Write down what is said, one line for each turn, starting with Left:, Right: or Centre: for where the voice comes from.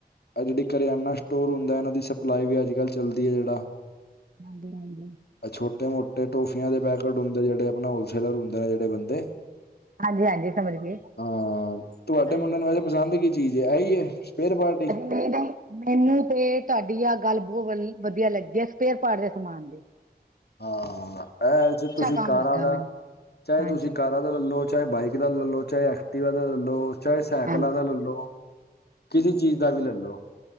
Left: ਆ ਜਿਹੜੀ ਕਰਿਆਨਾ ਸਟੋਰ ਹੁੰਦਾ ਇਹਨਾਂ ਦੀ ਸਪਲਾਈ ਵੀ ਅੱਜ ਕੱਲ ਚੱਲਦੀ ਹੈ ਜੇੜਾ।
Right: ਹਾਂਜੀ ਹਾਂਜੀ
Left: ਅ ਛੋਟਾ ਮੋਟ। ਤੇ ਟੋਫੀਆਂ ਦੇ ਪੈਕਟ ਹੁੰਦੇ ਜਿਹੜੇ ਆਪਣੇ ਹੋਲਸੇਲਰ ਹੁੰਦੇ ਨੇ ਜਿਹੜੇ ਬੰਦੇ।
Right: ਹਾਂਜੀ ਹਾਂਜੀ ਸਮਝ ਗਏ
Left: ਹਾਂ ਤੁਹਾਡੇ
Right: ਹਾਂਜੀ
Left: ਮੁੰਡੇ ਨੇ ਇਧਰ। ਪਸੰਦ ਕੀ ਚੀਜ਼ ਹੈ। ਇਹੀ ਹੈ। ਸਪੇਅਰ ਪਾਰਟ ਹੀ।
Right: ਜੀ ਨਹੀਂ ਮੈਨੂੰ ਤੇ ਤੁਹਾਡੀ ਆਹ ਗੱਲ ਬਹੁਤ ਵ ਵਧੀਆ ਲੱਗੀ ਆ ਸਕਪੇਅਰ ਪਾਰਟ ਦੇ ਸਮਾਨ ਦੀ। ਹਾਂਜੀ।
Left: ਹਾਂ ਇਹਲ 'ਚ ਤੁਸੀਂ
Right: ਕੰਮ
Left: ਕਾਰਾਂ
Right: ਲੱਗਾ
Left: ਦਾ
Right: ਮੈਨੂੰ
Left: ਚਾਹੇ
Right: ਹਾਂਜੀ
Left: ਤੁਸੀਂ ਕਾ ਕਾਰਾ ਦਾ ਲੈ ਲਓ ਚਾਹੇ ਬਾਈਕ ਦਾ ਲੈ ਲੋ ਚਾਹੇ ਐਕਟਿਵਾ ਦਾ ਲੈ ਲਓ। ਚਾਹੇ ਸਾਈਕਲਾਂ
Right: ਹਾਂਜੀ
Left: ਦਾ ਲੈ ਲੋ ਕਿਸੀ ਚੀਜ਼ ਦਾ ਵੀ ਲੈ ਲਓ।